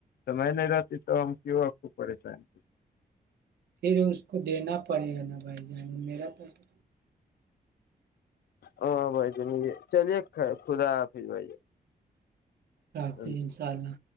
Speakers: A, on the left (about 80°); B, on the right (about 75°).
A: سمئے نہیں رہتی تو ہم کیوں آپ کو پریشان تھ
B: پھر اس کو دینا پڑے گا نا بھائی جان میرا پیسہ
A: ہ بھائی چ م چلیے خر خدا حف بھائی
B: خدا
A: جان
B: حافظ انشاءاللہ